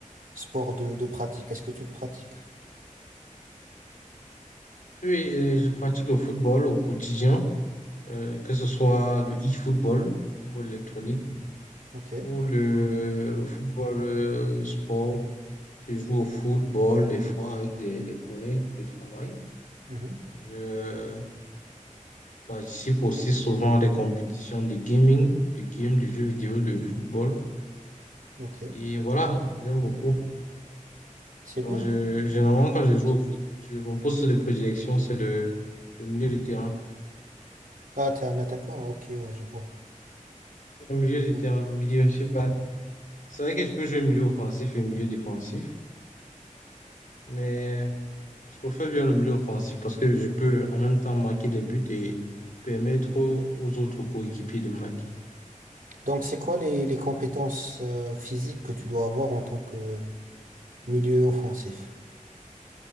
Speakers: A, on the right (about 85°); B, on the left (about 75°).
A: sport de, de pratique? Est-ce que tu le pratiques?
B: Oui, et je pratique le football au quotidien, euh, que ce soit le e-football, football électronique,
A: Ok.
B: ou le, le football le sport. Je joue au football des fois avec des, des collègues de travail.
A: Mhm.
B: Je participe aussi souvent à des compétitions de gaming, de games, de jeux vidéo, de football.
A: Ok.
B: Et voilà, j'aime beaucoup.
A: C'est
B: Donc,
A: bien.
B: je, généralement, quand je joue au foot, je, mon poste de prédilection, c'est le, le milieu de terrain.
A: Ah, t'es un attaquant. Ok, ouais, je vois.
B: Au milieu
A: Je vois,
B: de terrain,
A: je vois.
B: milieu, je sais pas. C'est vrai que je peux jouer milieu offensif et milieu défensif. Mais je préfère bien le milieu offensif parce que je peux en même temps marquer des buts et permettre aux aux autres coéquipiers de marquer.
A: Donc, c'est quoi les, les compétences euh, physiques que tu dois avoir en tant que milieu offensif?